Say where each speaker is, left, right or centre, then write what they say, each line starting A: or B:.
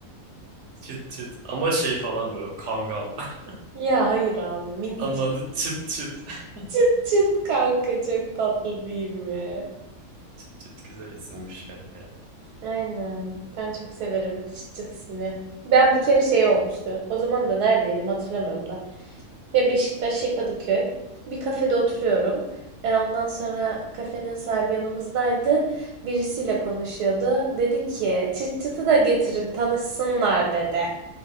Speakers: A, on the right; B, on the right.
A: Çıt çıt. Ama şey falan böyle kangal. <laughs>
B: Ya hayır abi minicik.
A: Ama adı çıt çıt. <laughs>
B: Çıt çıt kanka çok tatlı değil mi?
A: Çıt çıt güzel isimmiş kanka.
B: Aynen. Ben çok severim çıt çıt ismini. Ben bir kere şey olmuştu. O zaman da neredeydim hatırlamıyorum da. Ya Beşiktaş ya Kadıköy. Bir kafede oturuyorum. E, ondan sonra kafenin sahibi yanımızdaydı. Birisiyle konuşuyordu. Dedi ki çıt çıtı da getirin tanışsınlar dedi.